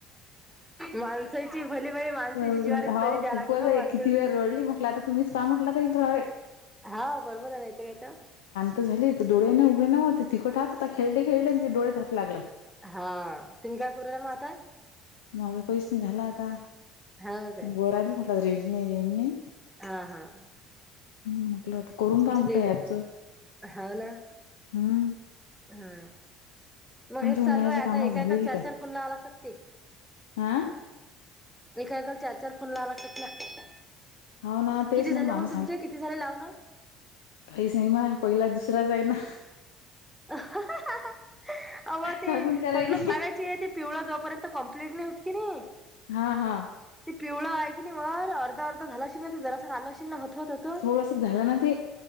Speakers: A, in the centre; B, on the left (about 70°).
A: माणसाची भले बाई माणसाची
B: अ
A: जिवारी तरी
B: हो
A: द्या
B: खूपच
A: लागतात हं
B: आहे
A: माण
B: किती वेळ रडली म्हटलं आता तुम्हीच पहा म्हटलं आता इल थोडा वेळ.
A: हाव बरोबर आहे ना येते का इथं.
B: त झाली इथं डोळे नं उघडे नव्हते तिकट हात होता खेळले खेळले न तिच्या डोळ्यात हात लागला.
A: हा तुम्ही काय करू लागला मग आता
B: माझं कहीच नाही झालं आता
A: हाव काय
B: वर आली म्हंटलं रेंज नाय रेंज नाय.
A: हा हा
B: हम्म म्हटलं आता करून
A: तुमची
B: पहा म्हटलं
A: दे
B: ह्या ॲप चं.
A: हाव ना.
B: हम्म
A: हा मग
B: तुमची
A: हेच
B: उन्हाळ्याची
A: चालू आहे
B: कामं
A: आता एकएकाला
B: झाली की
A: चार
B: काय
A: चार फोन लावावं लागतात ते.
B: हा
A: एका एकाला चार चार फोन लावावे लागतात ना.
B: हो ना तेच
A: किती झाले
B: मला मामी
A: मग तुमचे किती झाले लाऊनं.
B: काही नाही माझा पहिला दुसराच आहे ना.
A: अवं ते
B: सांगून
A: थोडं
B: करायली
A: लोक लागायचे ते पिवळं जोपर्यंत कम्प्लीट नाही होत की नाही
B: हा हा
A: ते पिवळं आहे की नाही वर अर्धं अर्धं झालं अशीन ना ते जरासं झालं अशीन ना हप होता तून
B: थोडस झालं ना ते